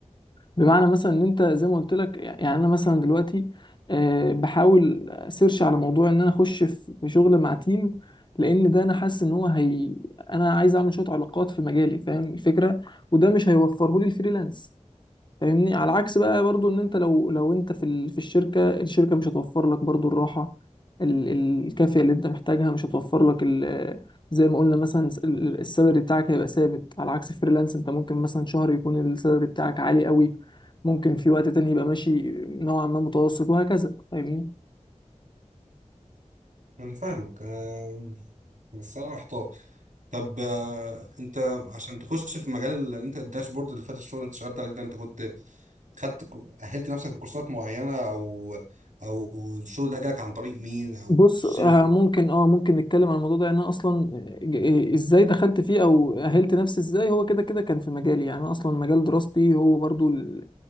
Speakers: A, on the left; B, on the right.
A: بمعنى مثلا ان انت زي ما قلت لك يعني انا مثلا دلوقتي آه، بحاول سيرش على موضوع ان انا اخش في في شغل مع تيم لان ده انا حاسس ان هو هي انا عايز اعمل شويه علاقات في مجالي فاهم الفكره وده مش هيوفره لي الفريلانس فاهمني على عكس بقى برضو ان انت لو لو انت في ال- في الشركه الشركه مش هتوفر لك برضو الراحه ال- ال- الكافيه اللي انت محتاجها مش هتوفر لك ال- زي ما قلنا مثلا س- ال- ال- السالري بتاعك هيبقى ثابت على عكس فريلانس انت ممكن مثلا شهر يكون السالري بتاعك عالي قوي ممكن في وقت تاني يبقى ماشي نوعا ما متوسط وهكذا فاهمني
B: انا فاهمك آه، بس انا محتار طب آه، انت عشان تخش في مجال اللي انت الداشبورد اللي فات الشغل اللي انت اشتغلت عليه ده انت كنت خدت اهلت نفسك بكورسات معينة او او الشغل ده جالك عن طريق مين او
A: بص
B: ش-
A: آه، ممكن اه ممكن نتكلم عن الموضوع ده يعني انا اصلا ج- ازاي دخلت فيه او اهلت نفسي ازاي هو كده كده كان في مجالي يعني انا اصلا مجال دراستي هو برضو ال-